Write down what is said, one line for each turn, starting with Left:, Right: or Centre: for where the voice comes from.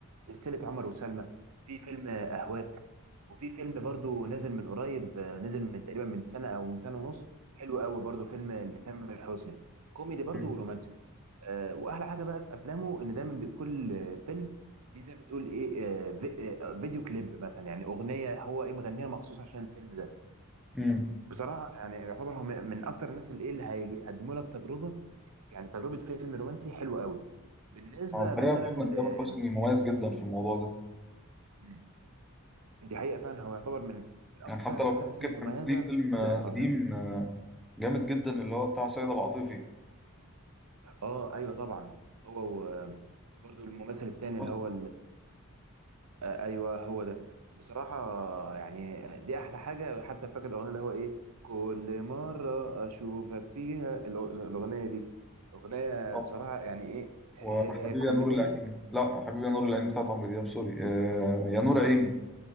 Right: سلسله عمر وسلمى في فيلم اهواك وفي فيلم برضو نزل من قريب آه، نزل من تقريبا من سنه او من سنه ونص حلو قوي برضو فيلم لتامر حسني كوميدي برضو
Centre: مم.
Right: ورومانسي آه، واحلى حاجه بقى في افلامه ان دايما بكل آه، فيلم ليه زي ما تقول ايه آه، في- آه، فيديو كليب مثلا يعني اغنيه هو ايه مغنيها مخصوص عشان الفيلم ده
Centre: مم.
Right: بصراحة يعني يعتبر هو من من أكتر الناس اللي إيه اللي هيقدموا لك تجربة يعني تجربة فيلم رومانسي حلوة قوي بالنسبة
Centre: على الحقيقة
Right: مثلا
Centre: فعلا
Right: ل
Centre: تامر حسني مميز جدا في الموضوع ده
Right: مم. دي حقيقة فعلا هو يعتبر من من أكتر
Centre: يعني حتى لو
Right: الناس
Centre: فاكر
Right: المميزة
Centre: كان ليه فيلم
Right: في الحوار
Centre: آه، قديم
Right: ده
Centre: آه، جامد جدا اللي هو بتاع سيد العاطفي
Right: أه أيوه طبعا هو و- برضو الممثل التاني
Centre: حسن
Right: اللي
Centre: حسني
Right: هو آه، ايوه هو ده بصراحه يعني دي احلى حاجه حتى فاكر الاغنيه اللي هو ايه كل مره اشوفك فيها الأغ- الاغنيه دي اغنيه
Centre: طبعاً،
Right: بصراحه يعني ايه هي
Centre: وحبيبي
Right: هي كوميديه
Centre: يا نور العين لا حبيبي يا نور العين بتاعت عمرو دياب سوري آه، يا نور عيني
Right: آه،